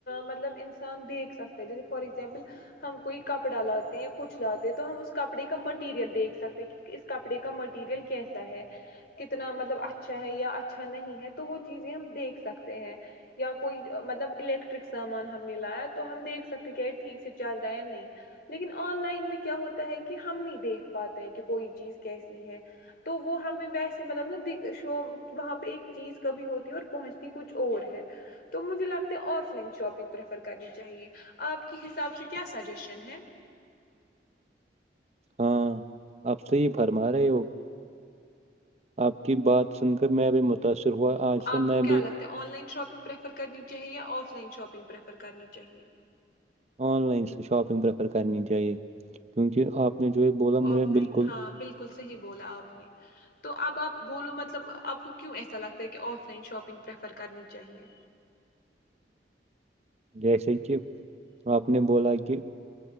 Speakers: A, on the left; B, on the right.
A: مطلب انسان دیکھ سکتا ہے جیسے فار ایگزامپل ہم کوئی کپڑا لاتے ہیں یا کچھ لاتے ہیں تو ہم اس کپڑے کا مٹیریل دیکھ اس کپڑے کا مٹیریل کیسا ہے کتنا مطلب اچھا ہے یا اچھا نہیں ہے تو وہ چیزیں ہم دیکھ سکتے ہیں یا کوئی مطلب الیکٹرک سامان ہم نے لایا تو ہم دیکھ سکتے کہ ٹھیک سے چل رہا ہے یا نہیں لیکن آن لائن میں کیا ہوتا ہے کہ ہم نہیں دیکھ پاتے کہ کوئی چیز کیسی ہے تو وہ ہمیں ویسے مطلب ن ش وہاں پہ ایک چیز کبھی ہوتی اور پہنچتی کچھ اور ہے تو مجھے لگتا ہے آف لائن شاپنگ پریفر کرنی چاہیے آپ کے حساب سے کیا سجیشن ہے
B: ہاں آپ سےی فرما رہے ہو آپ کی بات سن کر میں ابھی متاثر ہوا آج سے
A: آ
B: میں
A: کو کیا
B: بھی
A: لگتا ہے online shopping shopping prefer کرنی چاہیے یا آف لائن شاپنگ پریفر کرنی چاہیے
B: آن لائن سے شاپنگ پریفر کرنی چاہیے کیونکہ آپ نے جو یہ بولا مجھے
A: آف لائن
B: بالکل
A: ہاں بالکل صحیح بولا آپ نے تو اب آپ بولو مطلب آپ کو کیوں ایسا لگتا ہے کہ آف لائن شاپنگ پریفر کرنی چاہیے
B: جیسے کہ آپ نے بولا کہ